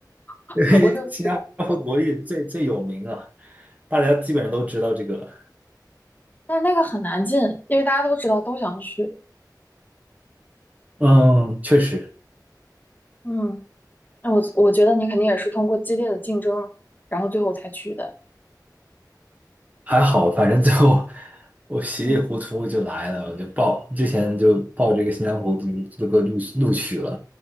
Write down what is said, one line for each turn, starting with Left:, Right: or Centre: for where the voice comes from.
Left: <laughs>
Right: 因为新加坡国力最最有名啊，
Left: 我就知道，
Right: 大家基本上都知道这个。
Left: 但是那个很难进，因为大家都知道都想去。
Right: 嗯，确实
Left: 嗯，那我我觉得你肯定也是通过激烈的竞争，然后最后才去的。
Right: 还好，反正最后我稀里糊涂就来了，
Left: 嗯
Right: 我就报之前就报这个新疆坡读这个录录取了，